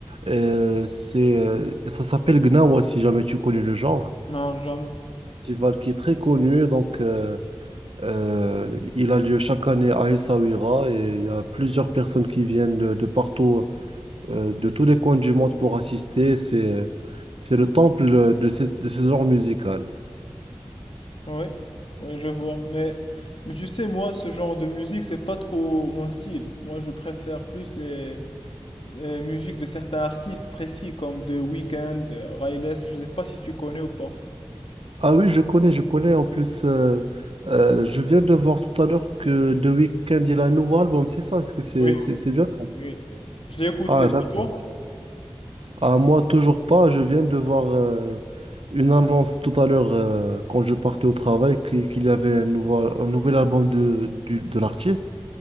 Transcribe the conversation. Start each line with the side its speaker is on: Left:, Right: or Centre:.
Right: Euh, c'est, euh, ça s'appelle Gnawa, si jamais tu connais le genre.
Left: Non, jamais.
Right: Festival qui est très connu. Donc, euh, euh, il a lieu chaque année à Essaouira et il y a plusieurs personnes qui viennent de, de partout euh, de tous les coins du monde pour assister. C'est, c'est le temple de ce, de ce genre musical.
Left: Ouais, ouais, je vois. Mais, mais tu sais, moi, ce genre de musique, c'est pas trop mon style. Moi, je préfère plus les, les musiques de certains artistes précis, comme The Weeknd, euh, Riles. Je sais pas si tu connais ou pas.
Right: Ah oui, je connais, je connais. En plus, euh, euh, je viens de voir tout à l'heure que The Weeknd, il a un nouveau album. C'est ça, est-ce que c'est
Left: Oui,
Right: c'est- c'est bien ça?
Left: oui. Je l'ai écouté.
Right: Ah, d'accord.
Left: Et toi?
Right: Ah, moi, toujours pas. Je viens de voir euh, une annonce tout à l'heure euh, quand je partais au travail qui- qu'il y avait un nouveau, un nouvel album de, du- de l'artiste.